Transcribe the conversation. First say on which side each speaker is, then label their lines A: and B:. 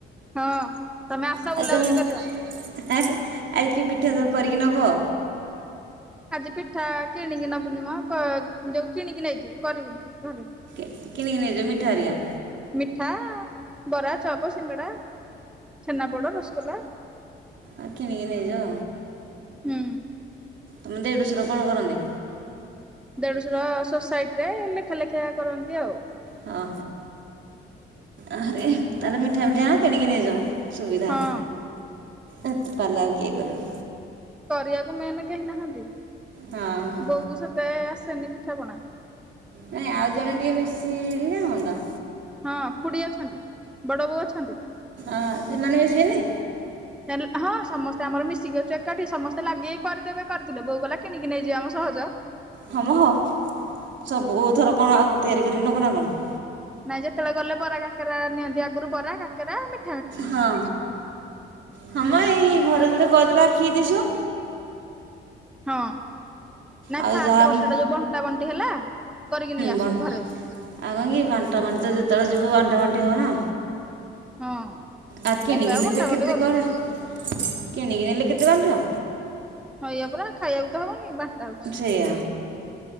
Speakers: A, in the centre; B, on the right.
A: ହଁ। ତମେ ଆସ
B: ଖାଇସାଇଲେହେ
A: ବୁଲାବୁଲି କରିବ।
B: <unintelligible> ଏ କିଏ ପିଠା ସବୁ କରିକି ନବ?
A: ଆଜି ପିଠା କିଣିକି ନବୁନି କ ଯୋଉ କିଣିକି ନେଇଯିବୁ କରିବୁନି ଘରେ।
B: କିଣିକି ନେଇଯିବି ମିଠା ହେରିକା।
A: ମିଠା, ବରା, ଚପ, ସିଙ୍ଗଡା, ଛେନାପୋଡ, ରସଗୋଲା
B: ଆ କିଣିକି ନେଇଯିବ।
A: ହୁଁ
B: ତମ ଦେଢୁଶର କଣ କରନ୍ତି?
A: ଦେଢଶର ସୋସାଇଟିରେ ଲେଖା ଲେଖି ଆ କରନ୍ତି ଆଉ।
B: ହଁ ହଁ ଆରେ ତାହେଲେ ମିଠା ମିଠା କିଣିକି ନେଇଯାଉ। ସୁବିଧା
A: ହଁ
B: ଏ ପାଲ ଆଉ କିଏ କରିବ।
A: କରିବାକୁ ମେନ୍ କେହି ନାହାନ୍ତି।
B: ହଁ ହଁ
A: ବୋଉକୁ ସେତେ ଆସେନି ପିଠାପଣା।
B: ନାଇଁ ଆଉ ଜଣେ ଟିକେ ମିଶିଲେ ହୁଅନ୍ତା।
A: ହଁ ଖୁଡି ଅଛନ୍ତି। ବଡ ବୋଉ ଅଛନ୍ତି।
B: ଆଁ ସେମାନେ ମିଶିବେନି।
A: ହେଲେ ହଁ ସମସ୍ତେ ଆମର ମିଶିକି ଅଛୁ ଏକାଠି ସମ ସ୍ତେ ଲାଗିକି କରିଦେବେ କରିଥିଲୁ ବୋଉ କହିଲା କିଣିକି ନେଇଯିବାମ ସହଜ।
B: ହଁମ ହଁ ସବୁ ଥର କଣ ଆଉ ତିଆରି କରିକି ନବନା କଣ।
A: ନାଇଁ ଯେତେବେଳେ ଗଲେ ବରା କାକେରା ନିଅନ୍ତି ଆଗରୁ ବରା କାକେରା ମି
B: ହଁ ହଁ ମ ଏଇ ଘରେ ଯୋଡେ କରିଦେଲେ ଆଖିକି ଦିସିବ।
A: ହଁ ନା
B: ଆଉ
A: ଫାଷ୍ଟ
B: ଯାହା
A: ବର୍ଷଟା
B: ହୁଁ
A: ଯୋଉ ବଣ୍ଟା ବଣ୍ଟି ହେଲା କରିକି ନିଆହୁଏ
B: ବ
A: ଘରେ।
B: ଆଉ କଣକି ବାଣ୍ଟା ବାଣ୍ଟି ତ ଯେତେବେଳେ ଯିବୁ ବାଣ୍ଟ ବାଣ୍ଟି ହେବ ନା।
A: ହଁ।
B: ଆଉ କିଣିକି
A: ଏବେ
B: ନେଲେ
A: ବଣ୍ଟା
B: କେତେ
A: ବଣ୍ଟି କରୁନୁ
B: କୁଆଡେ କିଣି କି ନେଲେ କେତେ ବାଣ୍ଟିବ।
A: ହେଇୟା ପରା ଖାଇବାକୁ ତ ହବନି ବାଣ୍ଟା ହୋଉଚି।
B: ସେଇଆ।